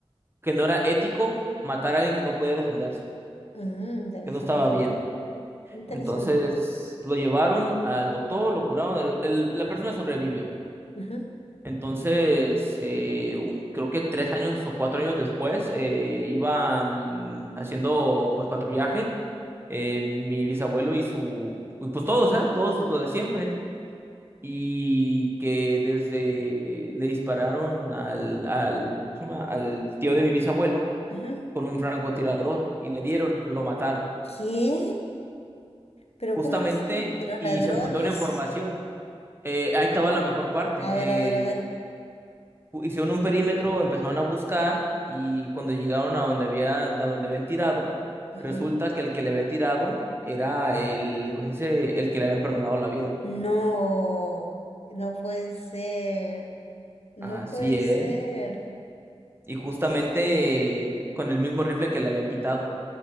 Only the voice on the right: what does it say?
que no era ético matar a alguien que no podía defenderse,
que no estaba bien.
Entonces lo llevaron al doctor, lo curaron, el- el- la persona sobrevivió.
Entonces, eh, u- creo que tres años o cuatro años después, eh, iban haciendo pues patrullaje, eh, mi bisabuelo y su, y, pues todos, ¿ah? Todos lo de siempre. Y que desde le dispararon al, al, al tío de mi bisabuelo
con un francotirador y le dieron, lo mataron.
Justamente,
y
se pusieron en formación. eh, ahí estaba la mejor parte.
eh,
pu- hicieron un perímetro, empezaron a buscar y cuando llegaron a donde había, a donde habían tirado,
resulta que el que le había tirado era el, ¿cómo se dice? El que le habían perdonado la vida.
Así
es.
Y justamente eh, con el mismo rifle que le habían quitado.